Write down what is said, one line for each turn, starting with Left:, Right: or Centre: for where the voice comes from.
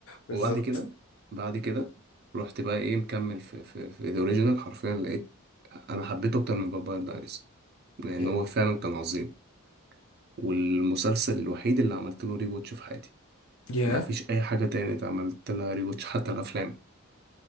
Left: بالظبط
Right: وبعد كده بعد كده رحت بقى ايه مكمل في في في ذا اوريجينال حرفيا لقيت انا حبيته اكتر من فامباير دايريز لان
Left: يا
Right: هو فعلا كان عظيم والمسلسل الوحيد اللي عملت له ري واتش في حياتي
Left: يا
Right: ما فيش اي حاجه تانية عملت لها ري واتش حتى الافلام